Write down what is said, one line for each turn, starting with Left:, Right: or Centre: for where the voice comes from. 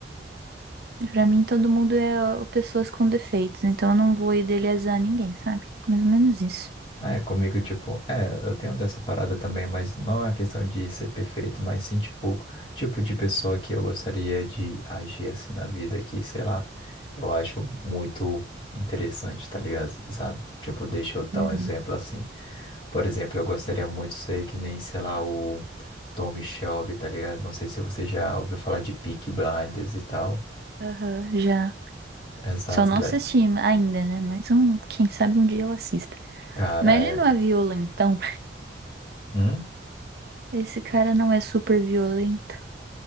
Right: Pra mim, todo mundo é ó, pessoas com defeitos, então eu não vou idealizar ninguém, sabe? Mais ou menos isso.
Left: É, comigo, tipo, é, eu tenho dessa parada também, mas não é questão de ser perfeito, mas sim, tipo, tipo de pessoa que eu gostaria de agir assim na vida, que, sei lá, eu acho muito interessante, tá ligado? Sabe? Tipo, deixa eu dar
Right: Uhum.
Left: um exemplo assim. Por exemplo, eu gostaria muito de ser que nem, sei lá, o Tom Shelby, tá ligado? Não sei se você já ouviu falar de Peaky Blinders e tal.
Right: Aham, já.
Left: Exato,
Right: Só não
Left: daí.
Right: assisti ainda, né? Mas um, quem sabe um dia eu assista.
Left: Cara,
Right: Mas ele
Left: é...
Right: não é violentão.
Left: Hum?
Right: Esse cara não é super violento.